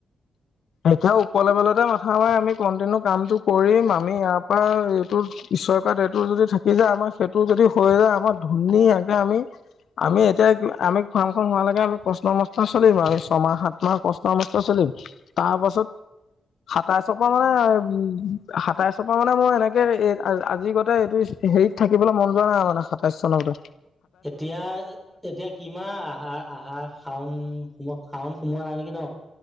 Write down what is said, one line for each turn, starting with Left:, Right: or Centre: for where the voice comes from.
Left: এতিয়া উপওৰ লেভেলতে মাথা হয় আমি কন্টিনিউ কামটো কৰিম আমি ইয়াৰ পৰা এইটো ঈশ্ব'ই কোৱাত এইটো যদি থাকি যায় আমাৰ সেইটো যদি হৈ যায় আমাৰ ধুনীয়াকে আমি আমি এতিয়া আমি ফাৰ্মখন হোৱালৈকে আমি কষ্ট'মষ্ট চলিম আৰু ছমাহ -সাত মাহ কষ্ট'মষ্ট চলিম তাৰ পাছত সাতাইশৰ পৰা মানে উ সাতাইশৰ পৰা মানে মই এনেকে এই আজি গতে এইটো হেৰিত থাকিবলৈ মন যোৱা নাই আৰু মানে সাতাইচ চনৰগতে
Centre: এতিয়া এতিয়া কিমান আহা আহা- শাউন শাউন সোমোৱা নাই নেকি ন?